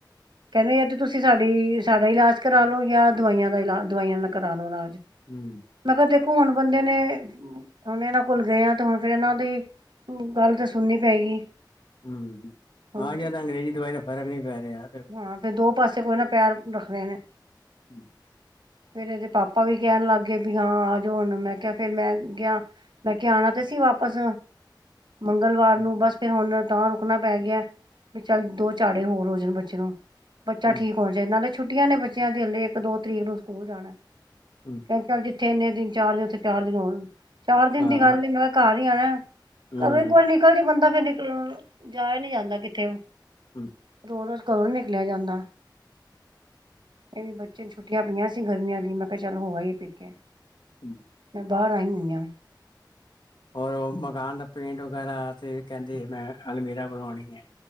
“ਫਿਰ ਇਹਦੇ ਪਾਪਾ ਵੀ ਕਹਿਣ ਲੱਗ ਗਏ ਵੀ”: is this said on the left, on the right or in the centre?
Right